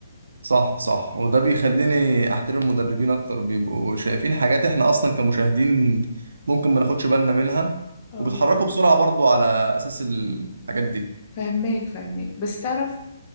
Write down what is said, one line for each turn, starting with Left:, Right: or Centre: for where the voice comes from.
Right: صح صح وده بيخليني احترم المدربين اكتر بيبقوا شايفين حاجات احنا اصلا كمشاهدين ممكن ما ناخدش بالنا منها
Left: اه
Right: وبيتحركوا بسرعة برضو على اساس الحاجات دي
Left: فهماك فهماك بس تعرف